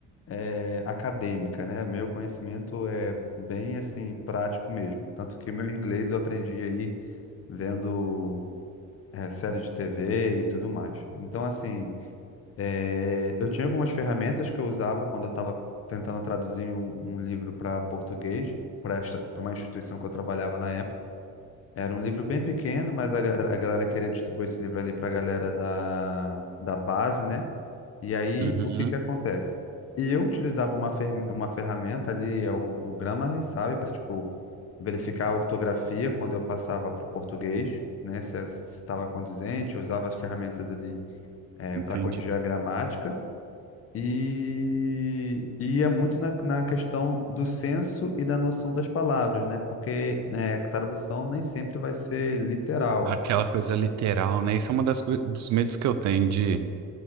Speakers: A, on the left (about 45°); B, on the right (about 55°).
A: é, acadêmica, né? Meu conhecimento é bem assim prático mesmo, tanto que meu inglês eu aprendi aí vendo é, série de TV e tudo mais. Então assim É, eu tinha algumas ferramentas que eu usava quando eu estava tentando traduzir um, um livro para português, para esta, para uma instituição que eu trabalhava na época. Era um livro bem pequeno, mas a, ga- a galera queria distribuir esse livro ali para a galera da, da base, né? E aí,
B: Uhum,
A: o que que acontece? Eu utilizava uma, fer, uma ferramenta ali, é o, o Grammarly, sabe? Para, tipo, verificar a ortografia quando eu passava para o português, né? Se estava condizente, eu usava as ferramentas ali, eh,
B: entendi.
A: para corrigir a gramática. E, e é muito na, na questão do senso e da noção das palavras, né? Porque né, tradução nem sempre vai ser literal.
B: Aquela coisa literal, né? Isso é uma das coi- dos medos que eu tenho de